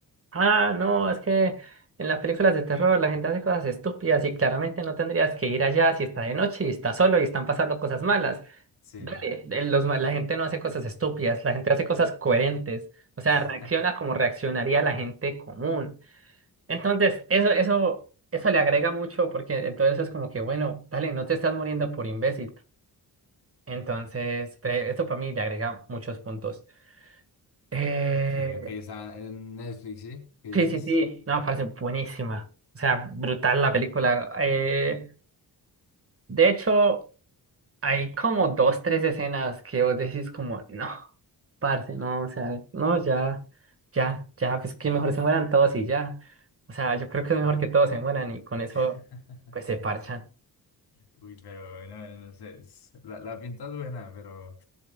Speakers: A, on the right; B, on the left.
A: ah, no, es que en las películas de terror la gente hace cosas estúpidas y claramente no tendrías que ir allá si está de noche y está solo y están pasando cosas malas.
B: sí.
A: Dale, el- los ma- la gente no hace cosas estúpidas, la gente hace cosas coherentes, o sea,
B: <laughs>
A: reacciona como reaccionaría la gente común. Entonces, eso, eso, eso le agrega mucho porque entonces es como que, bueno, dale, no te estás muriendo por imbécil. Entonces, pre- esto para mí le agrega muchos puntos. Eh,
B: Ok, ok, está en Netflix, ¿sí? ¿Qué dices?
A: sí, sí, sí, no, parece buenísima, o sea, brutal la película. Eh, de hecho, hay como dos, tres escenas que vos decís como, no. Parce, no, o sea, no, ya, ya, ya, pues que mejor se mueran todos y ya. O sea, yo creo que es mejor que todos se mueran y con eso,
B: <laughs>
A: pues se parchan.
B: Uy, pero no, no sé, es- la, la pinta es buena, pero